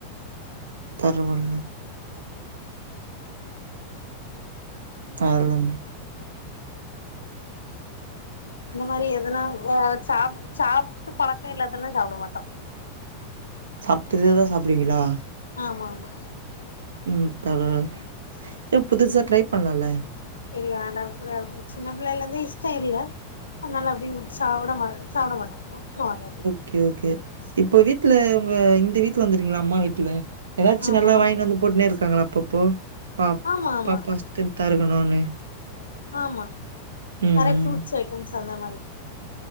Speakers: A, on the right; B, on the left.
A: தெருவுல தெர்ல
B: இந்த மாறி எதுனா ஒ சாப் சாப்ட்டு பழக்கொ இல்லாதெல்லா சாப்ட மாட்டோ
A: சாப்ட்டதே தா சாப்டுவீங்களா
B: ஆமாஆமா
A: ம் தவறு ஏ புதுசா ட்ரை பண்லால
B: இல்ல அதா கூட சின்ன புள்ளைல இருந்தே இஷ்டொ இல்ல அதனால அப்டிய உட் சாப்ட மாட் சாப்ட மாட்டோ வுட்ருவோ அத அப்டியே
A: ஓகே ஓகே இப்ப வீட்ல உங்க இந்த வீட்ல வந்ருங்களா அம்மா வீட்ல எதாச்சு
B: ஆமா
A: நல்லா வாங்கினு வந்து பொட்னே இருக்காங்களா அப்பப்போ பாப்
B: ஆமா ஆமா
A: பாப்பா ஸ்ட்ரென்த்தா இருக்கணூனு
B: ஆமா
A: ம்
B: நெறைய ஃப்ரூட்ஸ் ஐட்டம்ஸ் அந்த மாரி